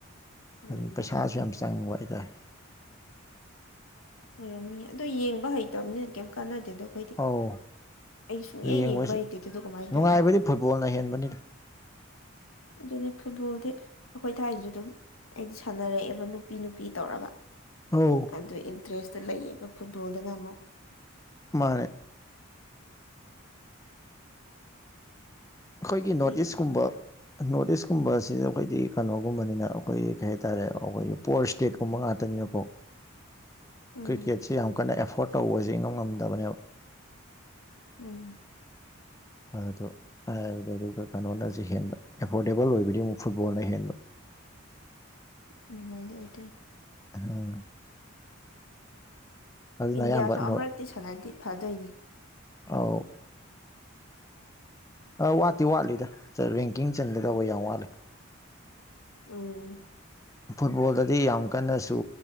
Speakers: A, on the left; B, on the left.
A: ꯎꯝ
B: ꯑꯗꯨ ꯄꯩꯁꯥꯁꯨ ꯌꯥꯝ ꯆꯪꯕ ꯍꯥꯏꯇꯥꯔꯦ꯫
A: ꯑꯣꯏꯔꯝꯅꯤ ꯑꯗꯣ ꯌꯦꯡꯕꯥ ꯍꯩꯇꯕꯅꯤꯅ ꯀꯩꯝ ꯀꯥꯟꯅꯗꯦꯗ ꯑꯩꯈꯣꯏꯗꯤ꯫
B: ꯑꯧ
A: ꯑꯩ ꯁꯨꯡꯌꯦꯡ
B: ꯌꯦꯡꯕꯁꯦ
A: ꯌꯦꯡꯕ ꯍꯩꯇꯦ ꯑꯗꯨꯗꯣ ꯀꯃꯥꯏꯅ
B: ꯅꯨꯡꯉꯥꯏꯕꯗꯤ
A: ꯇꯧꯔꯤꯅꯣ
B: ꯐꯨꯠꯕꯣꯜꯅ ꯍꯦꯟꯕꯅꯤꯗꯥ
A: ꯑꯗꯨꯅꯦ ꯐꯨꯠꯕꯣꯜꯗꯤ ꯑꯩꯈꯣꯏ ꯊꯥꯏꯅꯁꯨ ꯑꯗꯨꯝ ꯑꯩꯗꯤ ꯁꯥꯟꯅꯔꯛꯑꯦꯕ ꯅꯨꯄꯤ ꯅꯨꯄꯤ ꯇꯧꯔꯒ꯫
B: ꯑꯧ
A: ꯑꯗꯨ ꯏꯟꯇꯔꯦꯁꯇꯨ ꯂꯩꯌꯦꯕ ꯐꯨꯠꯕꯣꯜꯗꯅ ꯑꯃꯨꯛ꯫
B: ꯃꯥꯅꯦ꯫ ꯑꯩꯈꯣꯏꯒꯤ
A: ꯑꯇꯩꯗꯗꯤ
B: ꯅꯣꯔꯠ ꯏꯁꯀꯨꯝꯕ꯫ ꯅꯣꯔꯠ ꯏꯁꯀꯨꯝꯕꯁꯤꯗ ꯑꯩꯈꯣꯏꯗꯤ ꯀꯩꯅꯣꯒꯨꯝꯕꯅꯤꯅ ꯑꯩꯈꯣꯏ ꯀꯩ ꯍꯥꯏꯇꯥꯔꯦ ꯑꯩꯈꯣꯏꯒꯤ ꯄꯣꯔ ꯁ꯭ꯇꯦꯠꯀꯨꯝꯕ ꯉꯥꯛꯇꯅꯤꯅ꯫ ꯅꯀꯣ꯫
A: ꯎꯝ
B: ꯀ꯭ꯔꯤꯛꯀꯦꯠꯁꯤ ꯌꯥꯝ ꯀꯟꯅ ꯑꯦꯐꯣꯔꯠ ꯇꯧꯕ ꯏꯉꯝ ꯉꯝꯗꯕꯅꯦꯕ꯫
A: ꯎꯝ꯫
B: ꯑꯗꯣ ꯍꯥꯏꯕꯗꯤ ꯑꯗꯨꯒ ꯀꯩꯅꯣꯅꯁꯨ ꯍꯦꯟꯕ ꯑꯦꯐꯣꯔꯗꯦꯕꯜ ꯑꯣꯏꯕꯗꯤ ꯑꯃꯨꯛ ꯐꯨꯠꯕꯣꯜꯅ ꯍꯦꯟꯕ꯫
A: ꯑꯗꯨꯃꯥꯏꯅ ꯑꯣꯏꯗꯣꯏꯅꯤ꯫
B: ꯎꯝ ꯑꯗꯨꯅ
A: ꯏꯟꯗꯤꯌꯥꯁꯨ
B: ꯑꯌꯥꯝꯕ
A: ꯑꯃꯨꯔꯛꯇꯤ
B: ꯅꯣꯠ
A: ꯁꯥꯟꯅꯗꯤ ꯐꯗꯣꯏꯅꯤ
B: ꯑꯧ꯫ ꯑ ꯋꯥꯠꯇꯤ ꯋꯥꯠꯂꯤꯗ ꯔꯦꯡꯀꯤꯡ ꯆꯟꯒꯗꯕ ꯌꯥꯝ ꯋꯥꯠꯂꯤ꯫
A: ꯑꯣ꯫
B: ꯐꯨꯠꯕꯣꯜꯗꯗꯤ ꯌꯥꯝ ꯀꯟꯅꯁꯨ